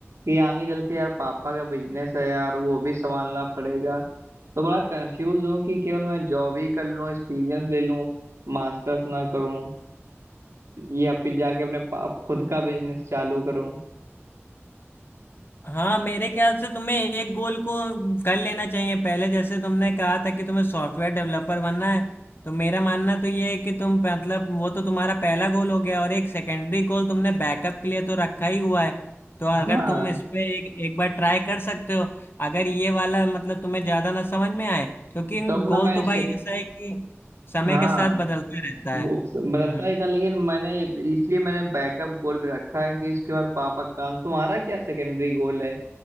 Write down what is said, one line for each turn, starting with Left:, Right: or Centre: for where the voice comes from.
Right: कि आगे चल के यार पापा का बिजनेस है यार वो भी संभालना पड़ेगा तो बड़ा कंफ्यूज हूँ कि केवल मैं जॉब ही कर लूँ एक्सपीरियंस ले लूँ मास्टर्स ना करूँ या फिर जाके अपने पा- खुद का बिजनेस चालू करूं
Left: हाँ मेरे ख्याल से तुम्हें एक गोल को कर लेना चाहिए पहले जैसे तुमने कहा था कि तुम्हें सॉफ्टवेयर डेवलपर बनना है तो मेरा मानना तो ये है कि तुम मतलब वो तो तुम्हारा पहला गोल हो गया और एक सेकेंडरी गोल तुमने बैकअप के लिए तो रखा ही हुआ है तो अगर
Right: हाँ
Left: तुम इस पे एक, एक बार ट्राई कर सकते हो अगर ये वाला मतलब तुम्हें ज्यादा ना समझ में आए क्योंकि
Right: तो अपना
Left: गोल
Right: मैं
Left: तो
Right: से,
Left: भाई ऐसा है कि समय
Right: हाँ
Left: के साथ बदलता रहता है
Right: बुक्स बदलता
Left: हम्म
Right: ही था लेकिन मैंने इसलिए मैंने बैकअप गोल भी रखा है कि इसके बाद पापा का तुम्हारा क्या सेकेंडरी गोल है